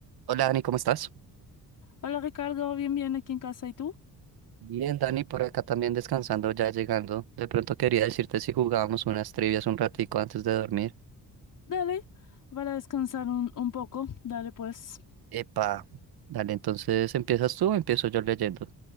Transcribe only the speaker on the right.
Hola Dani, ¿cómo estás?
Bien, Dani, por acá también descansando, ya llegando. De pronto quería decirte si jugábamos unas trivias un ratico antes de dormir.
Epa, dale, entonces ¿empiezas tú o empiezo yo leyendo?